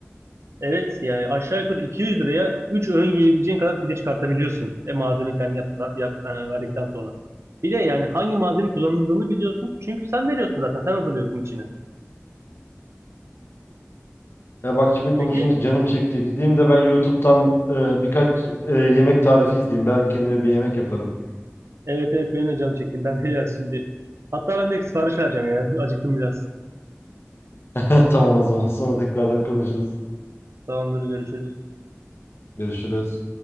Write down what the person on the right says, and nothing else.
Evet ya aşağı yukarı 200 liraya 3 öğün yiyebileceğin kadar pide çıkartabiliyorsun. E, malzeme kendi yap, yap, e, verdikten sonra. Bir de yani hangi malzeme kullanıldığını biliyorsun. Çünkü sen veriyorsun zaten. Sen hazırlıyorsun içini.
Peki
evet evet benim de canım çekti. Ben de ya şimdi. Hatta ben de sipariş vereceğim ya. <laughs> Acıktım biraz.
Tamamdır görüşürüz.